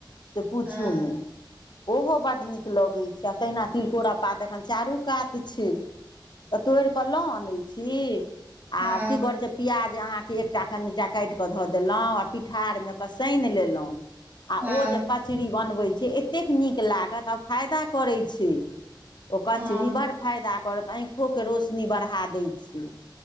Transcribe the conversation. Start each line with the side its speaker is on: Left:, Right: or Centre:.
Left: से पूछू
Right: हँ
Left: नहि। ओहो बड़ नीक लगैत छै आ तहिना तिलकोरा पात एखन चारू कात छै। तऽ तोड़ कऽ लहु आनैत छी आ
Right: हँ
Left: कि करै छै। पिआ जे अहाँकेँ एकटा कनिटा काटिक धऽ देलहुँ आओर पिठारमे कऽ सानि लेलहुँ।
Right: हँ
Left: ओ जे कचरी बनबै छै एतेक नीक लागत आ फायदा करैत छै। ओ कचरी
Right: हँ
Left: बड़ फायदा करत आँखो के रोशनी बढ़ा दै छै।